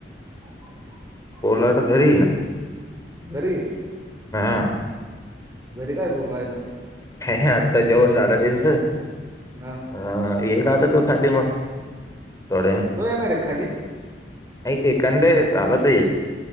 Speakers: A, on the right; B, on the left.
A: ब
B: ऊलट घरी हे.
A: घरी
B: हा.
A: घरी काय करु राहिला?
B: ह्या ह्या आत्ता जेवण झालं त्यांचं.
A: हा.
B: अ येईल आता तू खाली मग. थोडे
A: कवा येनार हे खाली.
B: नाही एखांद चालत येईल.